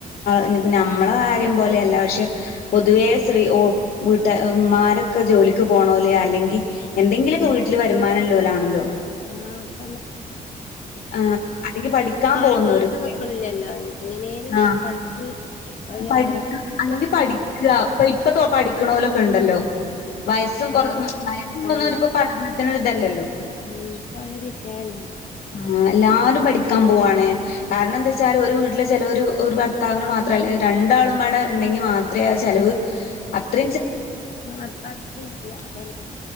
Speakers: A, on the left; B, on the left.
A: ഇനിപ്പോ നമ്മളെ കാര്യം പോലെയല്ല പക്ഷെ പൊതുവേ സ്ത്രീ വീട്ട ഉമ്മാരൊക്കെ ജോലിക്ക് പോണോല് അല്ലെങ്കിൽ എന്തെങ്കിലുമൊക്കെ വീട്ടില് വരുമാനല്ലോലാണല്ലോ
B: ആഹ
A: ആ അല്ലെങ്കി പഠിക്കാൻ
B: ഇപ്പ ആരും
A: പോകുന്നോരും
B: വീട്ട് നിക്കണില്ലല്ലോ എങ്ങനേലും
A: ആ
B: പഠിച്ച് ഒരു
A: പഠിക്ക
B: അവരെ
A: അല്ലെങ്കിൽ പഠിക്ക ഇപ്പ ഇപ്പ പഠിക്ക്ണോല് ക്കണ്ടല്ലോ വയസ്സും കുറെ
B: ആഹ്
A: വയസൊന്നുംപ്പോ
B: അതന്നെ
A: പഠ തിന് ഇതല്ലല്ലോ
B: ഉം ഇപ്പ അതൊരു വിഷയല്ലല്ലോ
A: ആ എല്ലാരും പഠിക്കാൻ പോവയാണ് കാരണം എന്താച്ചാല് ഒരു വീട്ടിലെ ചെലവ് ഒരു ഒരു ഭർത്താവിന് മാത്രല്ല രണ്ടാളുംപാടെ ഉണ്ടെങ്കി മാത്രമേ ആ ചെലവ് അത്ര
B: ആ അപ്പ അത്ര ഇല്ല അതന്നെ